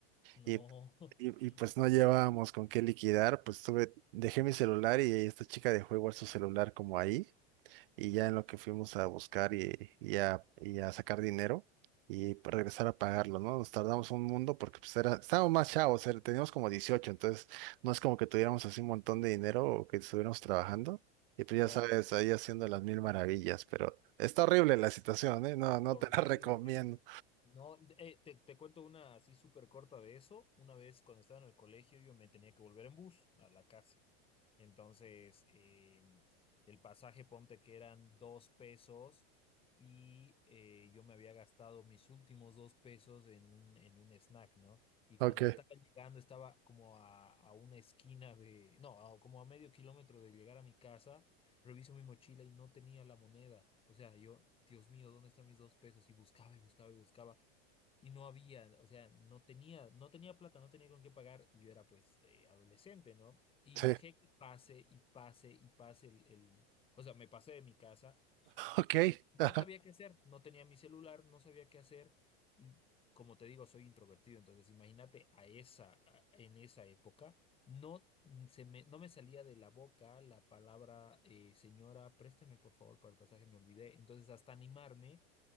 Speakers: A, on the left; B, on the right.
A: no,
B: Y, y,
A: <laughs>
B: y, pues no llevábamos con qué liquidar, pues tuve, dejé mi celular y esta chica dejó igual su celular como ahí y ya en lo que fuimos a buscar y, y a, y a sacar dinero y pa- regresar a pagarlo, ¿no? Nos tardamos un mundo porque pues era, estábamos más chavos, era- teníamos como 18, entonces no es como que tuviéramos así un montón de dinero o que estuviéramos trabajando y pues
A: claro.
B: ya sabes, ahí haciendo las mil maravillas, pero está horrible la situación, ¿eh? No, no
A: Horrible,
B: te la <laughs> recomiendo.
A: horrible. No, eh, te, te cuento una así súper corta de eso. Una vez cuando estaba en el colegio yo me tenía que volver en bus a la casa. Entonces, eh, el pasaje, ponte que eran dos pesos y eh, yo me había gastado mis últimos dos pesos en un, en un snack, ¿no? Y cuando
B: Ok,
A: estaba llegando, estaba como a, a una esquina de, no, a- como a medio kilómetro de llegar a mi casa reviso mi mochila y no tenía la moneda. O sea, yo, Dios mío, ¿dónde están mis dos pesos? Y buscaba y buscaba y buscaba y no había, o sea, no tenía, no tenía plata, no tenía con qué pagar y yo era pues eh, adolescente, ¿no? Y
B: sí,
A: dejé
B: <laughs>
A: que pase y pase y pase el, el, o sea, me pasé de mi casa,
B: ok,
A: y
B: ajá,
A: no sabía qué hacer, no tenía mi celular, no sabía qué hacer y como te digo, soy introvertido, entonces imagínate a esa, a- en esa época no, mm, se me, no me salía de la boca la palabra, eh, señora, présteme por favor para el pasaje, me olvidé. Entonces, hasta animarme,